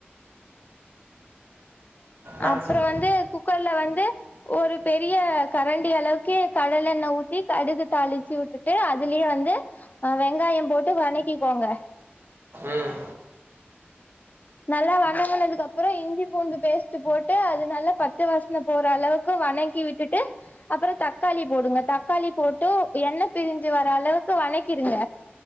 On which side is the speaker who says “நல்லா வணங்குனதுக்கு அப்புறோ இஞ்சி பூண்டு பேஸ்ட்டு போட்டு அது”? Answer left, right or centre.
Left